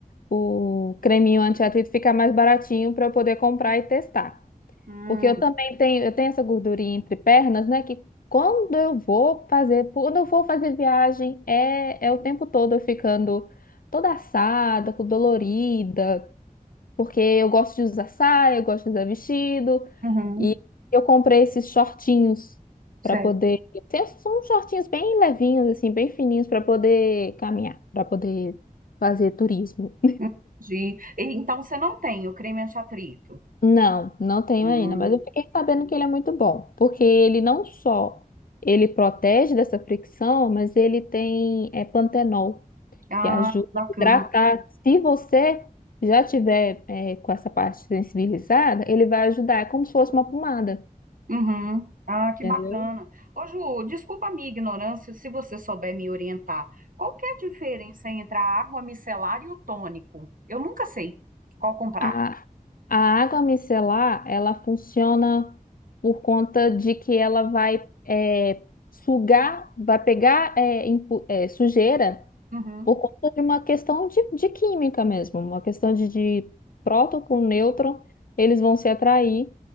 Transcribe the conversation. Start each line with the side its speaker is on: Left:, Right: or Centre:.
Left: o, o creminho anti-atrito ficar mais baratinho pra eu poder comprar e testar.
Right: Hum,
Left: Porque eu também tenho, eu tenho essa gordurinha entre pernas, né? Que quando eu vou fazer, quando eu vou fazer viagem, é, é o tempo todo eu ficando toda assada, com dolorida, porque eu gosto de usar saia, eu gosto de usar vestido.
Right: uhum,
Left: E eu comprei esses shortinhos
Right: certo.
Left: para poder. tem- São uns shortinhos bem levinhos, assim, bem fininhos para poder caminhar, para poder fazer turismo.
Right: Entendi. E, então você não tem o creme anti-atrito.
Left: Não, não tenho
Right: Hum,
Left: ainda, mas eu fiquei sabendo que ele é muito bom, porque ele não só ele protege dessa fricção, mas ele tem é, pantenol,
Right: ah,
Left: que ajuda
Right: bacana.
Left: a hidratar. Se você já tiver é, com essa parte sensibilizada, ele vai ajudar, é como se fosse uma pomada,
Right: Uhum. Ah, que
Left: entendeu?
Right: bacana. Ô, Ju, desculpa a minha ignorância, se você souber me orientar. Qual que é a diferença entre a água micelar e o tônico? Eu nunca sei qual comprar.
Left: A, a água micelar, ela funciona por conta de que ela vai é, sugar, vai pegar é, impu- é, sujeira
Right: Uhum.
Left: por conta de uma questão de, de química mesmo, uma questão de, de próton com nêutron, eles vão se atrair